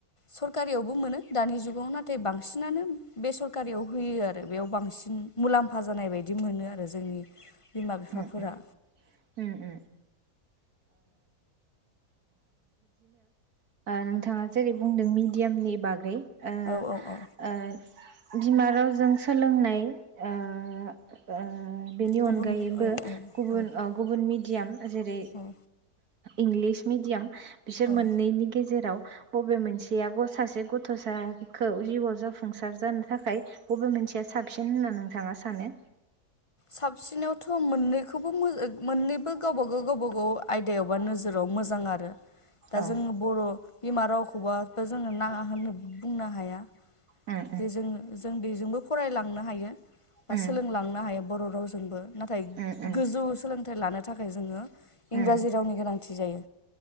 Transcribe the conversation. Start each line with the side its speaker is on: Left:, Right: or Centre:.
Left: सोरखारियावबो मोनो दानि जुगाव नाथाय बांसिनानो बे सोरखारियाव होयो आरो बेयाव बांसिन मुलाम्फा जानाय बायदि मोनो आरो जोंनि बिमा
Right: <inaudible>
Left: बिफाफोरा
Right: बिदिनो नोंथाङा जेरै बुंदों मिडियामनि बागै ओ
Left: औ
Right: -ओ
Left: औ औ
Right: बिमा रावजों सोलोंनाय ओ -ओ बेनि
Left: गुबुन
Right: अनगायै बो
Left: औ औ
Right: गुबुन
Left: औ
Right: गुबुन मिडियाम जेरै
Left: औ
Right: इंलिस मिडियाम। बिसोर
Left: औ
Right: मोननैनि गेजेराव। बबे मोनसे आग सासे गथ'साखौ जिउआव जाफुंसार जानो थाखाय बबे मोनसे मानसिया साबसिन होनना नोंथाङा सानो?
Left: साबसिनावथ' मोननैखौबो मोननैबो गावबागाव - गावबाागाव आयदायावबा नोजोराव मोजां आरो। दा
Right: औ
Left: जोंङ बर' बिमा रावखौबाथ' जोङो नाङा होननो बुंनो हाया।
Right: उम
Left: जे जों - जों बेजोंबो फरायलांनो हायो
Right: उम
Left: बा सोलोंलांनो हायो। बर' रावजोंबो नाथाय
Right: उम उम
Left: गोजौ सोलोंथाइ लानो थाखाय जोङो
Right: उम
Left: इंराजि रावनि गोनांथि जायो